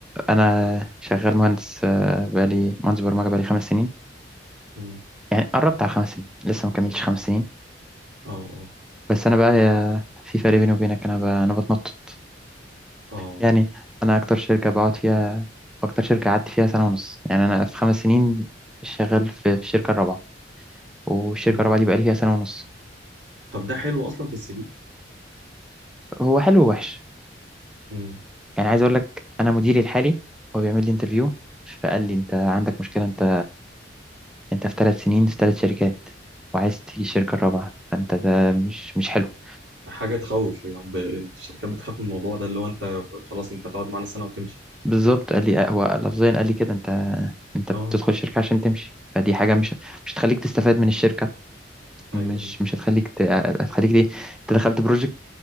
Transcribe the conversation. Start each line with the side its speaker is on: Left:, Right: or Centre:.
Centre: انا شغال مهندس آه، بقالي مهندس برمجه بقالي خمس سنين
Right: مم.
Centre: يعني قربت على خمس سنين لسه ما كملتش خمس سنين
Right: أه أه
Centre: بس انا بقى يا- في فرق بيني وبينك انا ب- انا بتنطط
Right: أه
Centre: يعني انا اكتر شركه بقعد فيها اكتر شركه قعدت فيها سنه ونص يعني انا في خمس سنين شغال في في الشركه الرابعه والشركه
Right: مم.
Centre: الرابعه دي بقالي فيها سنه ونص
Right: طب ده حلو أصلا في السي
Centre: هو حلو ووحش
Right: في
Centre: يعني عايز اقول لك انا مديري الحالي هو بيعمل لي انترفيو فقال لي انت عندك مشكله انت انت في ثلاث سنين في ثلاث شركات وعايز تيجي الشركة الرابعة فانت ده مش مش حلو
Right: حاجه تخوف يعني ب- الشركات بتخاف من الموضوع ده اللي هو انت خلاص انت هتقعد معانا سنه وتمشي
Centre: بالظبط قال لي هو لفظيا قال لي كده انت انت بتدخل
Right: اه
Centre: الشركة عشان تمشي فدي حاجة مش مش هتخليك تستفاد من الشركة
Right: ايوه
Centre: مش مش هتخليك ت... هتخليك دي انت دخلت بروجكت